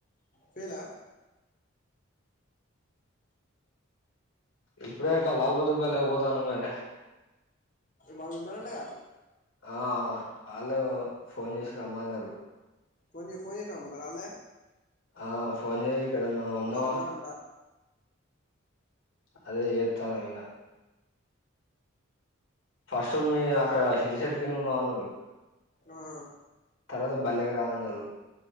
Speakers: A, on the left; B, on the left.
A: ఫేలా
B: ఇప్పుడే ఒక లాల్బదార్ ళ పోతాను మర
A: వాళ్ళు ఉన్నారంటగా
B: ఆ అళ ఫోన్ చేసి రమ్మన్నారు
A: ఫోన్ ఫోన్ చేసి రమన్నారా ఆల్లే
B: ఆ ఫోన్ జెయి ఇక్కడ మేమూన్నాం
A: వాళ్ళు ఉన్నారంట
B: అదే చేతనైమిగా ఫస్ట్ మీ అక్కడ చింత చెట్టు కి ద ఉన్నామన్నారు
A: ఆహా
B: తర్వాత బల్లెకి రా అన్నారు